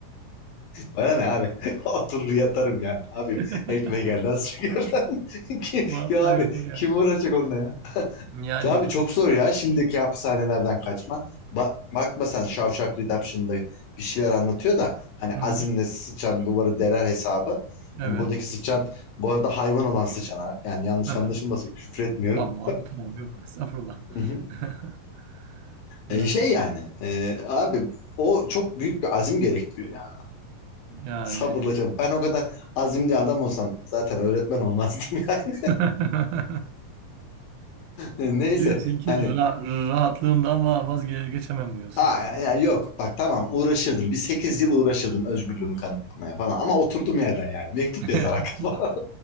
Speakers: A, on the left; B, on the right.
A: Bana ne abi? <laughs> Oturur yatarım yani. Abim
B: <laughs>
A: ekmek elden su gölden. <laughs> Ki,
B: Vallahi
A: ya abi
B: var ya.
A: kim uğraşacak onunla ya?
B: Yani
A: Ya Abi çok
B: bu-
A: zor ya şimdiki hapishanelerden kaçma. Bak, bakma sen Shawshank Redemption'da bir şeyler anlatıyor da hani
B: hı hı,
A: azimle sıçan duvarı deler hesabı. Hani
B: evet.
A: buradaki sıçan bu arada hayvan olan sıçan ha. yani yanlış
B: Hı hı.
A: anlaşılmasın küfür etmiyorum.
B: Tamam abi tamam yok estağfurullah.
A: Hı hı.
B: <laughs> Evet,
A: E, şey yani e, abi o çok büyük bir azim gerektiriyor ya.
B: Yani
A: Sabırla çalış. Ben o kadar azimli adam olsam zaten öğretmen olmazdım <laughs> yani.
B: <laughs>
A: Neyse
B: diyorsun ki
A: hani
B: ra rahatlığımdan va- vazgeçemem diyorsun.
A: aa, ya yok bak tamam uğraşırdım. Bir 8 yıl uğraşırdım özgürlüğümü kanıtlamaya falan. Ama oturdum yerden yani. Mektup
B: <laughs>
A: yazarak <laughs> falan.